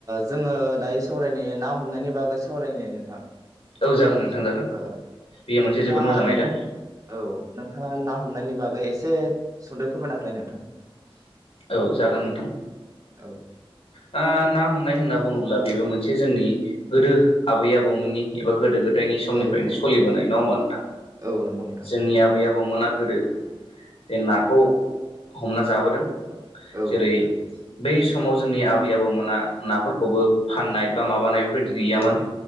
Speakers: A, on the right; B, on the left.
A: जोङो दायो सावरायनाय ना हमनायनि बागै सावरायनायनि नोंथां।
B: औ जागोन नोंथां जागोन
A: ओ
B: बेयो मोनसे
A: नोंथाङा
B: जोबोद मोजां आयदा।
A: औ नोंथाङा ना हमनायनि बागै एसे सुंद'यै फोरमायना होलाय नोंथां।
B: औ जागोन नोंथां।
A: औ
B: ओ ना हमनाय होनना बुङोब्ला बेबो मोनसे जोंनि गोदो आबै आबौमोननि एबा गोदो गोदायनि समनिफ्रायनो
A: औ औ
B: सलिबोनाय नङा होमबा नोंथां
A: औ नंगौ नोंथां
B: जोंनि आबै आबौमोना गोदो जे नाखौ हमना जाबोदों
A: औ
B: जेरै
A: नोंथां
B: बै समाव जोंनि आबै आबौ मोना नाफोरखौबो फाननाय बा माबानाय बेफोरबायदि गैयामोन
A: औ